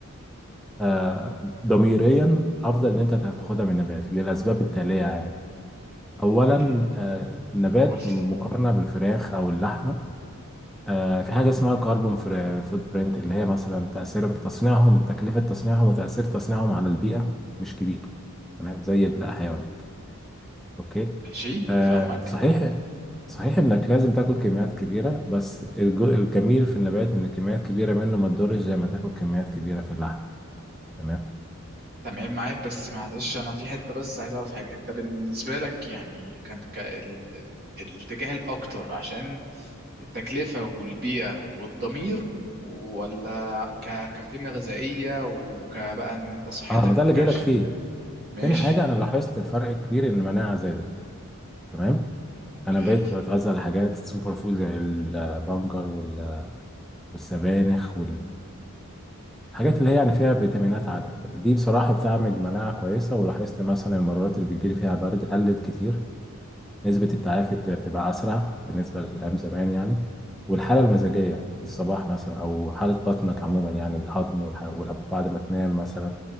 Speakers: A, in the centre; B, on the right.
A: آه، ضميريا أفضل إن أنت تاخدها من النبات للأسباب التالية يعني أولا
B: آه،
A: آه، النبات
B: قلت
A: مقارنة بالفراخ أو اللحمة آه، في حاجة اسمها الكربون فوت برينت اللي هي مثلا تأثير تصنيعهم تكلفة تصنيعهم وتأثير تصنيعهم على البيئة مش كبير تمام زي الحيوانات اوكي
B: ماشي
A: آه
B: فاهمك
A: صحيح صحيح انك لازم تاكل كميات كبيره بس الج- الجميل في النبات ان كميات كبيره منه ما تضرش زي ما تاكل كميات كبيره في اللحم تمام
B: تمام معاك بس معلش انا في حته بس عايز اعرف حاجه انت بالنسبه لك يعني كان ك- ال- الاتجاه الاكتر عشان التكلفه والبيئه والضمير ولا ك- كقيمه غذائيه وكبقى ان انت صحتك
A: اه ما ده اللي
B: كش
A: جايلك فيه
B: ماشي
A: تاني حاجه انا لاحظت فرق كبير ان المناعه زادت تمام
B: اوكي
A: انا بقيت بتغذى على حاجات سوبر فود زي البنجر وال- والسبانخ والحاجات اللي هي يعني فيها فيتامينات عاليه وكده دي بصراحه بتعمل مناعه كويسه ولاحظت مثلا المرات اللي بتجيلي فيها برد قلت كتير نسبة التعافي بت- بتبقى أسرع بالنسبة لأيام زمان يعني والحالة المزاجية في الصباح مثلا أو حالة بطنك عموما يعني الهضم والح- والأب بعد ما تنام مثلا